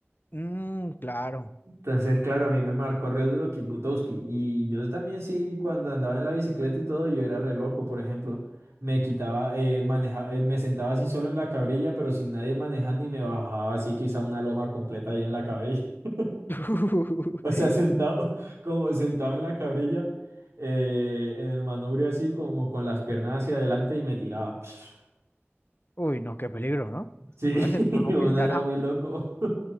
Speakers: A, on the left; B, on the right.
A: Mm, claro.
B: Entonces, claro, a mí me marcó re duro Kit Butowski. Y yo también sí, cuando andaba en la bicicleta y todo, yo era re loco. Por ejemplo, me quitaba, eh, maneja- eh, me sentaba así solo en la cabrilla, pero sin nadie manejando y me bajaba así quizá una loma completa yo en la cabrilla. <laughs>
A: <laughs>
B: O sea, sentado, <laughs> como sentado en la cabrilla, eh, en el manubrio así, como con las piernas hacia adelante y me tiraba. <sniffs>
A: Uy, no, qué peligro, ¿no?
B: Sí,
A: Una vez
B: <laughs>
A: uno
B: uno
A: no piensa
B: era
A: nada,
B: muy loco.
A: ¿no?